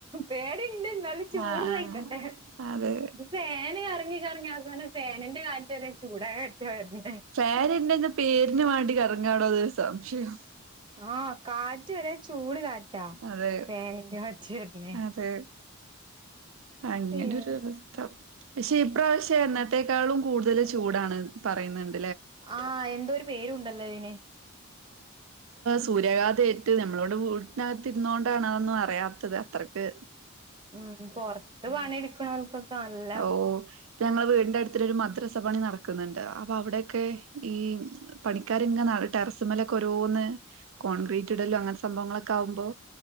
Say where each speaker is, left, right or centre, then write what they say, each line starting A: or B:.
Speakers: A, on the right; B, on the right.
A: പേടി ഇണ്ട് എന്നാലും ചൂട്
B: ആഹ്
A: സഹിക്കണ്ടെ
B: ആഹ് അതെ
A: ഇത് ഫാന് കറങ്ങി കറങ്ങി അവസനം ഫാനിന്റെ കാറ്റ് വരെ ചൂട് കാറ്റ കാറ്റാ വരുന്നേ
B: ഫാനുണ്ടെന്ന് പേരിന് വേണ്ടി കറങ്ങാടോ അത് സംശ്യയം
A: ആ കാറ്റ് വരെ ചൂട് കാറ്റാ
B: അതെ
A: ഫാനിന്റെ കാറ്റ് വരണേ
B: അതെ അങ്ങനൊരു
A: അയ്യോ
B: അവസ്ഥ പക്ഷെ ഇപ്രവശ്യം എന്നത്തെക്കാളും കൂടുതല് ചൂടാണ് പറയുന്നുണ്ട്
A: ആഹ് എന്തോരു പേരുണ്ടല്ലോ അതിന്
B: സൂര്യാഘാത ഏറ്റ് നമ്മളിവ്ടെ വീട്ടിനകത്ത് ഇരുന്ന കൊണ്ടാണ് അതൊന്നും അറിയാത്തത് ത്രക്ക്
A: ഉം പൊറത്ത് പണി എടുക്കണോൽക്കൊക്കെ നല്ല
B: ഓഹ് ഇപ്പ ഞങ്ങള് വീടിന്റെ അടുത്തൊരു മദ്രസ പണി നടക്കുന്നുണ്ട് അപ്പൊ അവിടെക്കെ ഈ പണിക്കാരങ്ങെ ടെറസുമലൊക്കെ ഓരോന്ന് കോൺക്രീറ്റ് ഇടലോ അങ്ങനെത്തെ സംഭവങ്ങളൊക്കെ ആവുമ്പോ